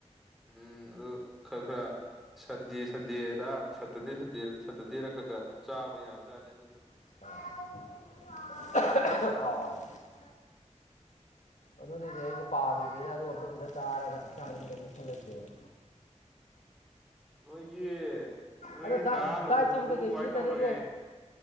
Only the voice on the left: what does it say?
ꯑꯣ ꯑꯣꯥ
ꯑꯗꯨꯅꯦ ꯑꯩꯁꯨ ꯄꯥꯝꯃꯤꯁꯤꯅ ꯑꯗꯨ ꯑꯝꯇ ꯈꯤꯇ ꯆꯥꯔꯒ ꯍꯛꯆꯥꯡꯗ ꯈꯤꯇꯥꯪ ꯀꯟꯈꯠꯂꯟꯒꯦꯅ
ꯑꯗꯣ ꯗꯥꯏꯠ
ꯗꯥꯏꯠꯁꯤꯕꯨ ꯀꯩꯀꯩ
ꯁꯤꯖꯤꯟꯅꯔꯤꯒꯦ